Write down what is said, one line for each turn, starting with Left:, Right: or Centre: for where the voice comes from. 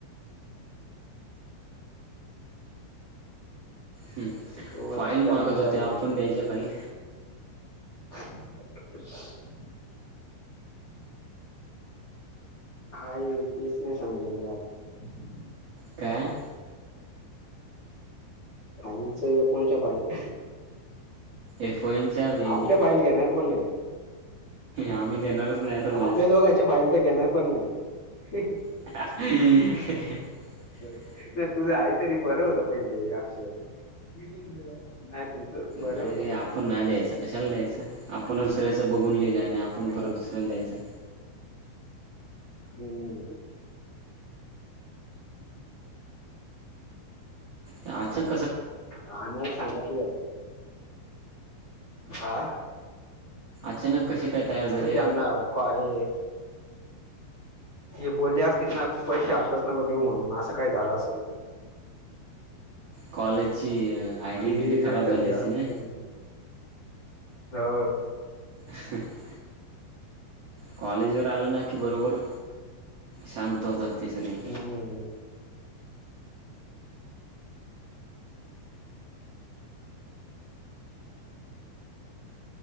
Right: हं.
Left: कवरच
Right: फाईल
Left: ध्यान
Right: मागत
Left: नाही
Right: होत्या
Left: राहिलं
Right: आपण द्यायच्या फाईल
Left: <inaudible> हाय तेच नाही समजे ना मला
Right: काय
Left: फाईलच या फोनच्या फाईल
Right: एफमचा भेंडी
Left: आपल्या फाईल घेणार पण नाहीत
Right: आम्ही बोलायचं
Left: आपल्या दोघांच्या फहिल घेणार पण नाहीत.
Right: हम् <inaudible>
Left: नाही तुझं आहे तरी बरं होत पहिले अक्षर नाही तुमचं बरं
Right: नाही
Left: होत
Right: आपण नाही द्यायचं कशाला द्यायचं आपण दुसऱ्याचं बघून लिहिलं आणि आपण
Left: अं,
Right: परत, दुसऱ्याच लिहायचं.
Left: हम्म
Right: असच
Left: हा नाही सांगितल आ
Right: अचानक कसे काय तयार झाले?
Left: त्यांना का- हे हे बोलले असतील पैसे आत्ताच नकं देऊ म्हणून असं काय झालं असेल
Right: कॉलेेजी ची आयडेंटिटी
Left: फी नंतर
Right: खराब झाली
Left: द्या
Right: असते
Left: हम्म.
Right: ना,
Left: हो
Right: ह अ. कॉलेज वर आलं ना, कि बरोबर शांत होतात ते सर्वी.
Left: हम्म